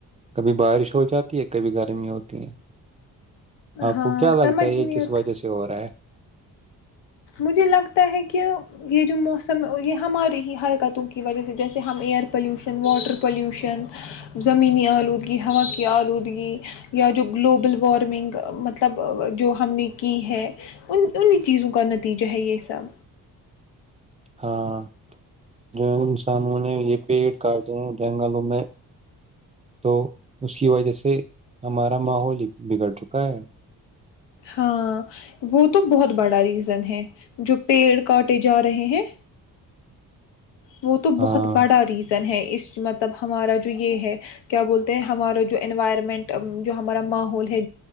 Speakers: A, on the right; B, on the left.
A: کبھی بارش ہو جاتی ہے کبھی گرمی ہوتی ہے آپ
B: ہاں
A: کو کیا لگتا
B: سمجھ
A: ہے یہ
B: نہیں
A: کس
B: آتا
A: وجہ سے ہو رہا ہے
B: مجھے لگتا ہے کہ یہ جو موسم یہ ہماری ہی حرکتوں کی وجہ سے جیسے ہم ایئر پلیوشن واٹر پلیوشن زمینی آلودگی ہوا کی آلودگی یا جو گلوبل وارمنگ مطلب جو ہم نے کی ہے ان انہیں چیزوں کا ن تیجہ ہے یہ سب
A: ہاں جو انسانوں نے یہ پیڑ کاٹے ہیں جنگلوں میں تو اس کی وجہ سے ہمارا ماحول بگڑ چکا ہے
B: ہاں وہ تو بہت بڑا ریزن ہے جو پیڑ کاٹے جا رہے ہیں وہ تو بہت
A: ہاں
B: بڑا ریزن ہے اس مطلب ہمارا جو یہ ہے کیا بولتے ہیں ہمارا جو انوائرمنٹ جو ہمارا ماحول ہے